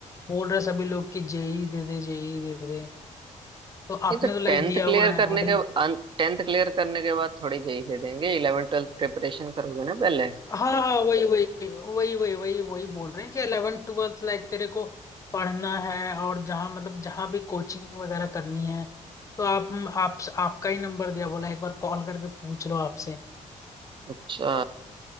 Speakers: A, on the left (about 25°); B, on the right (about 40°).
A: बोल रहे सभी लोग कि जेई दे दे जेई दे दे तो आपने
B: ये तो
A: तो लाइक
B: टेंथ
A: दिया
B: क्लियर
A: हुआ है
B: करने
A: और
B: के टेंथ क्लियर करने के बाद थोड़ी जेई दे देंगे इलेवन ट्वेल्थ प्रिपरेशन करोगे ना पहले
A: हाँ हाँ हाँ, वही वही वही वही वही वही बोल रहे हैं कि 11 ट्वेल्थ लाइक तेरे को पढ़ना है और जहाँ मतलब जहाँ भी कोचिंग वगैरह करनी है तो आप आप आपका ही नंबर दिया बोला एक बार कॉल करके पूछ लो आपसे
B: अच्छा